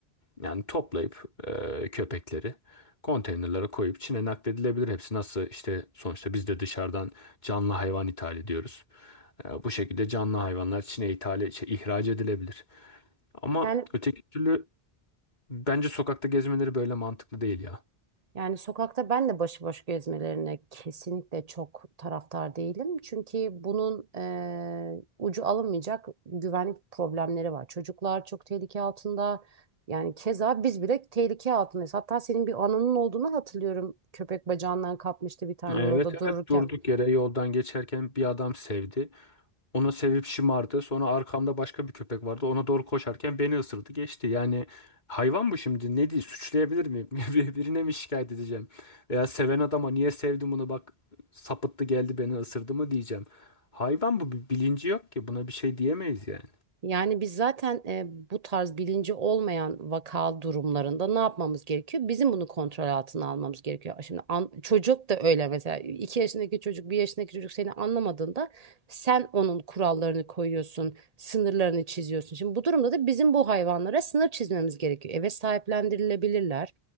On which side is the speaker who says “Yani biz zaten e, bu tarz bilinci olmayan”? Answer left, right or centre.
Right